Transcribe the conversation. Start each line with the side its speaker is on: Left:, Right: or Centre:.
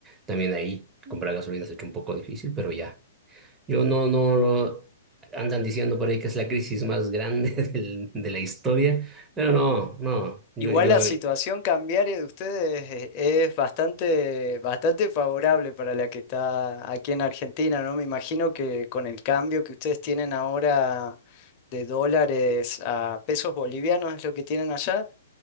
Right: también ahí comprar gasolina se ha hecho un poco difícil, pero ya. Yo no, no, no- andan diciendo por ahí que es la crisis más grande <laughs> del- de la historia, pero no, no, yo,
Left: Igual
Right: yo,
Left: la situación cambiaria de ustedes eh, es bastante, bastante favorable para la que está aquí en Argentina, ¿no? Me imagino que con el cambio que ustedes tienen ahora de dólares a pesos bolivianos es lo que tienen allá,